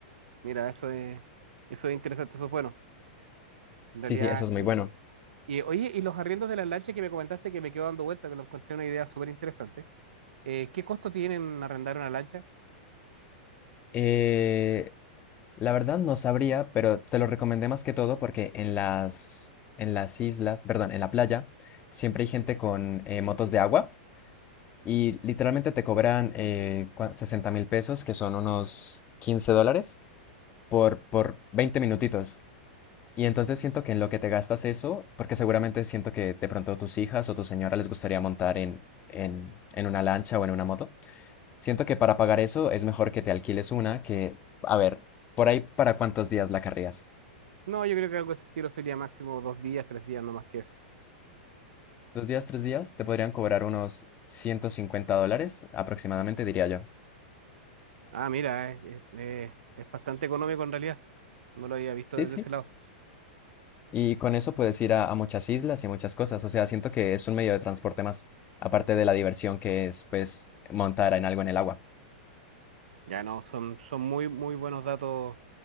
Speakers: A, on the right; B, on the left.
A: Mira, eso es, eso es interesante, eso es bueno. En
B: Sí,
A: realidad,
B: sí, eso es muy
A: en-
B: bueno.
A: y oye, y los arriendos de las lanchas que me comentaste que me quedó dando vuelta, que lo encontré una idea súper interesante. Eh, ¿qué costo tienen arrendar una lancha?
B: Eh, la verdad no sabría, pero te lo recomendé más que todo porque en las, en las islas, perdón, en la playa, siempre hay gente con eh, motos de agua. y literalmente te cobran eh, 60 mil pesos, que son unos 15 dólares, por, por 20 minutitos. Y entonces siento que en lo que te gastas eso, porque seguramente siento que de pronto tus hijas o tu señora les gustaría montar en, en, en una lancha o en una moto, siento que para pagar eso es mejor que te alquiles una que, a ver, por ahí para cuántos días la carrías.
A: No, yo creo que algo de ese estilo sería máximo dos días, tres días, no más que eso.
B: Dos días, tres días, te podrían cobrar unos 150 dólares aproximadamente, diría yo.
A: Ah, mira, es, es- es- es bastante económico en realidad. No lo había visto
B: Sí,
A: desde
B: sí.
A: ese lado.
B: Y con eso puedes ir a, a muchas islas y muchas cosas. O sea, siento que es un medio de transporte más, aparte de la diversión que es, pues, montar en algo en el agua.
A: Ya no, son, son muy, muy buenos datos,